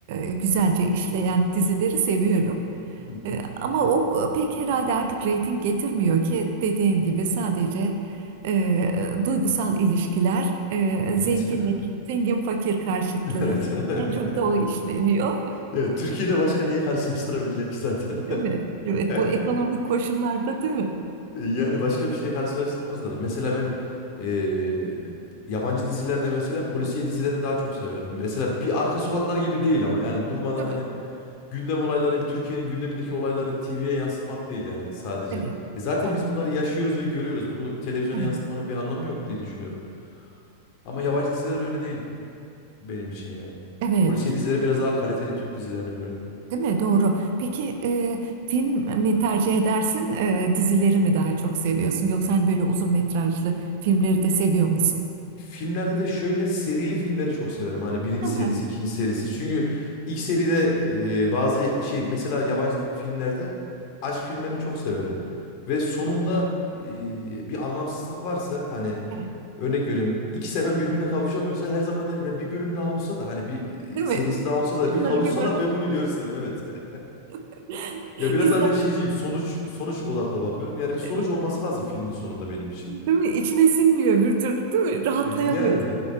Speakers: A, on the right; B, on the left.
A: e, güzelce işleyen dizileri seviyorum.
B: hı
A: E,
B: hı.
A: Ama o pek herhalde artık reyting getirmiyor ki dediğin gibi sadece e, duygusal ilişkiler, e, zenginlik,
B: Evet.
A: zengin fakir karşıtlığı
B: <laughs> Evet. <laughs>
A: en çok da o işleniyor,
B: Ya, Türkiye'de başka neyi karşılaştırabilirler ki zaten?
A: değil mi? Evet, bu ekonomik
B: <laughs>
A: koşullarda değil mi?
B: Yani başka bir şeye karşılaştırmazlar. Mesela ben eee, yabancı dizilerde mesela polisiye dizilerini daha çok severdim. Mesela bir Arka Sokaklar gibi değil ama yani durmadan
A: Değil
B: hani
A: mi?
B: gündem olayları, Türkiye'nin gündemindeki olayları TV'ye yansıtmak değil yani sadece.
A: Evet.
B: E zaten
A: Ha,
B: biz bunları yaşıyoruz ve görüyoruz. Bunu televizyona
A: Evet,
B: yansıtmanın bir anlamı yok diye düşünüyorum. Ama yabancı diziler öyle değil benim için yani.
A: evet,
B: Polisiye dizileri biraz daha kaliteli Türk dizilerine göre.
A: değil mi? Doğru. Peki e, film mi tercih edersin, e, dizileri mi daha çok seviyorsun? Yoksa hani böyle uzun metrajlı filmleri de seviyor musun?
B: Filmlerde de şöyle serili filmleri çok severim. Hani birinci
A: Aha,
B: serisi, ikinci serisi. Çünkü ilk seride e, bazı şey mesela yabancı filmlerde aşk filmlerini çok severim. Ve sonunda e, bir anlamsızlık varsa hani
A: Evet.
B: Örnek veriyorum. İki seven birbirine kavuşamıyorsa her zaman derim ya bir bölüm daha olsa da hani bir
A: Değil
B: e,
A: mi?
B: serisi daha olsa da
A: Şunları
B: bir kavuşsalar
A: bir barıştıralım.
B: ben bunu görsem evet. <laughs>
A: <laughs>
B: Ya biraz
A: İnsan
B: daha ben şeyciyim. Sonuç sonuç odaklı bakıyorum. Yani bir sonuç
A: Evet.
B: olması lazım filmin sonunda benim için.
A: değil mi? İçine sinmiyor bir türlü değil mi? Rahatlayamıyorsun.
B: E, Yani